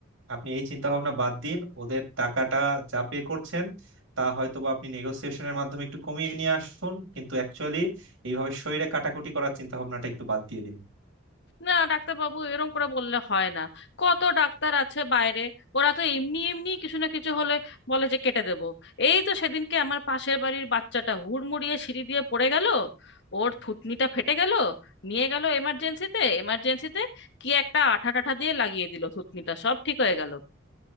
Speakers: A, on the right; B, on the left.
A: আপনি এই চিন্তা ভাবনা বাদ দিন ওদের টাকাটা যা পে করছেন তা হয়তো বা আপনি নেগোসিয়েশনের মাধ্যমে একটু কমিয়ে নিয়ে আসুন কিন্তু অ্যাকচুয়ালি এইভাবে শরীরে কাটাকুটি করার চিন্তা ভাবনাটা একটু বাদ দিয়ে দিন
B: না ডাক্তারবাবু এরকম করে বললে হয় না কত ডাক্তার আছে বাইরে ওরা তো এমনি এমনি কিছু না কিছু হলে বলে যে কেটে দেব এই তো সেদিনকে আমার পাশের বাড়ির বাচ্চাটা হুড়মুড়িয়ে সিঁড়ি দিয়ে পড়ে গেল ওর থুতনিটা ফেটে গেল নিয়ে গেল এমার্জেন্সিতে এমার্জেন্সিতে কি একটা আঠা টাঠা দিয়ে লাগিয়ে দিল থুতনিটা সব ঠিক হয়ে গেল